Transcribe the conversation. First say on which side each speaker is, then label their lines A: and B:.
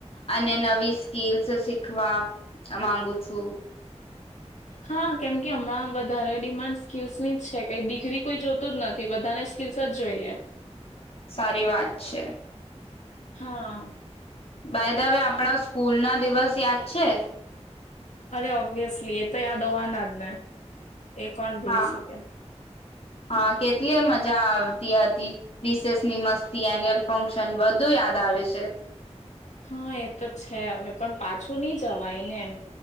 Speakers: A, on the left (about 55°); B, on the left (about 85°).
A: અને નવી સ્કીલસ શીખવા માંગુ છું.
B: હા, કેમ કે હમણાં વધારે ડિમાન્ડ સ્કીલ્સ નીજ થઈ ગઈ. ડિગ્રી કોઈ જોતો જ નથ થી બધાને સ્કીસ જ જોઈએ
A: સારી વાત છે
B: હા
A: ભાઈદવે આપણા સ્કૂલ ના દિવસ યાદ છે
B: અરે ઓબ્વિયસલી એ તો યાદ હોવાના જ ને એ કોણ ભૂલી
A: હા
B: શકે
A: હા કેટલી મજા આવે રસેસની મસ્તી એન્યુઅલ ફંક્શન વધુ યાદ આવે છે
B: હા એ તો છે હવે પણ પાછું નઈ જવાય ને એમ